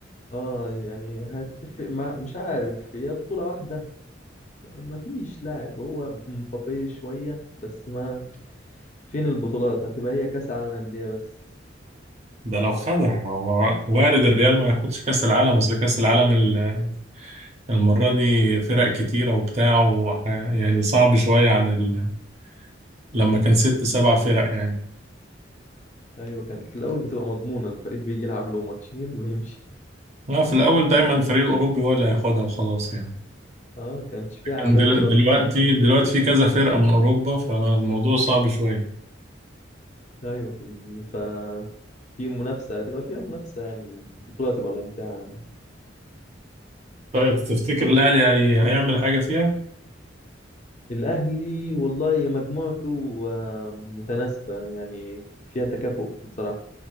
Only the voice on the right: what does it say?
ده لو خدها ما هو وارد الريال ما ياخدش كأس العالم أصل كأس العالم ال- المرة دي فرق كتيرة وبتاع وح- يعني صعب شوية عن ال... لما كان ست سبع فرق يعني
آه، في الأول دايما الفريق الأوروبي هو اللي هياخدها وخلاص يعني
دل-
دلوقتي دلوقتي في كذا فرقة من أوروبا فالموضوع صعب شوية
طيب تفتكر الأهلي هي... هيعمل حاجة فيها؟